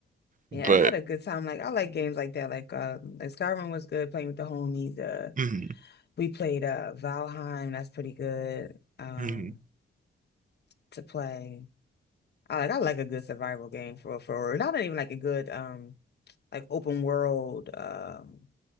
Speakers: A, on the left (about 55°); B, on the right (about 40°).
A: Yeah,
B: But
A: I had a good time. Like I like games like that. Like uh, like Skyrim was good playing with the homies. Uh,
B: mm,
A: We played uh Valheim, that's pretty good um
B: mm,
A: to play. I like I like a good survival game for for not even like a good um like open world um